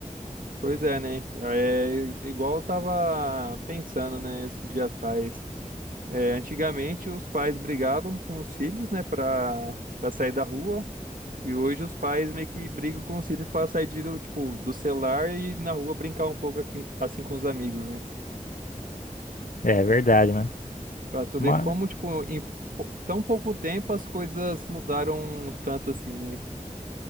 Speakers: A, on the right (about 85°); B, on the left (about 80°).
A: Pois é, né? É igual eu tava pensando, né, esses dias atrás. É, antigamente os pais brigavam com os filhos, né, pra, pra sair da rua. E hoje os pais meio que brigam com os filhos para sair de, do- tipo, do celular e na rua brincar um pouco aqui- assim com os amigos, né?
B: É verdade, mano.
A: Pra tu
B: Mas,
A: ver como, tipo, em pou- tão pouco tempo as coisas mudaram tanto assim, né?